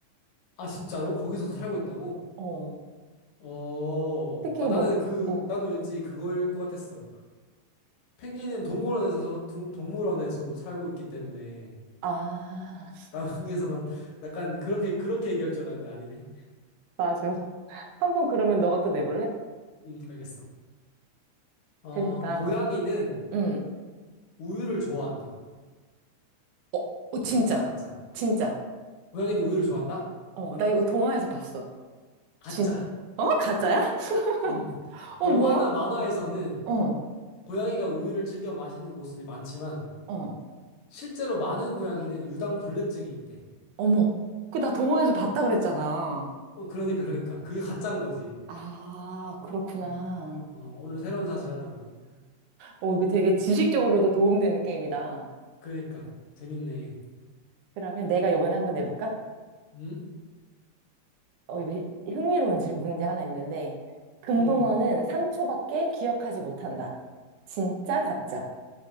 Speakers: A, on the left; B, on the right.
A: 아, 진짜로? 거기서도 살고 있다고?
B: 어,
A: 어.
B: 특히
A: 아, 나는
B: 뭐,
A: 그,
B: 어,
A: 나는 왠지 그거일 것 같았어. 펭귄은 동물원에서 동- 물원에서도 살고 있기 때문에
B: 아.
A: 남극에서만 <laughs> 약간 그렇게 그렇게 얘기할 줄 알았는데 아니네.
B: 맞아. <laughs> 한 번 그러면 너가 또 내볼래?
A: 음, 알겠어. 어,
B: 재밌다.
A: 고양이는
B: 응.
A: 우유를 좋아한다.
B: 어, 어, 진짜.
A: 진짜 가짜.
B: 진짜.
A: 고양이는 우유를 좋아한다?
B: 어, 나 이거 동화에서 봤어.
A: 가짜.
B: 진, 어? 가짜야?
A: 음.
B: <laughs> 어,
A: 영화나
B: 뭐야?
A: 만화에서는
B: 어,
A: 고양이가 우유를 즐겨 마시는 모습이 많지만
B: 어.
A: 실제로 많은 고양이는 유당 불내증이 있대.
B: 어머. 그 나 동화에서 봤다 그랬잖아.
A: 어, 그러니까 그러니까 그게 가짜인 거지.
B: 아, 그렇구나.
A: 음. 어, 오늘 새로운 사실 알아가네.
B: 어, 이거 되게 지식적으로도 도움되는 게임이다.
A: 그러니까 재밌네.
B: 그러면 내가 이번에 한번 내볼까?
A: 음?
B: 어, 이거 히- 흥미로운 질- 문제 하나 있는데. 금붕어는
A: 음.
B: 3초밖에 기억하지 못한다. 진짜, 가짜.